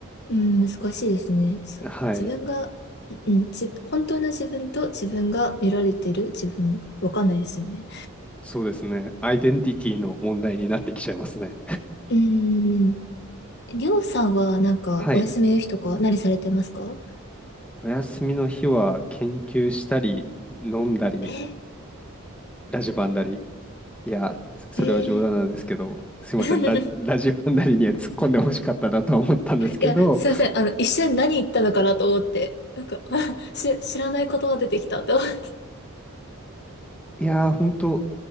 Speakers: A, on the left; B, in the centre.
A: うん、難しいですね。そう、
B: はい。
A: 自分が、うん、うんじ、本当の自分と自分が見られてる自分、わかんないですよね。
B: そうですね。アイデンティティの問題になってきちゃいますね。
A: うん。りょうさんはなんかお休みの日とか何されてますか
B: はい。お休みの日は研究したり、飲んだり、
A: え、
B: ラジバンだり。いや、それは冗談なんですけど、
A: えー
B: すいません。
A: <laughs>
B: ラ、ラジバンダリには突っ込んでほしかったなとは思ったんですけど、
A: いや、すいません。あの、一瞬何言ったのかなと思って。なんか、<laughs> あし、知らない言葉出てきたと思って。
B: いやー、ほんと、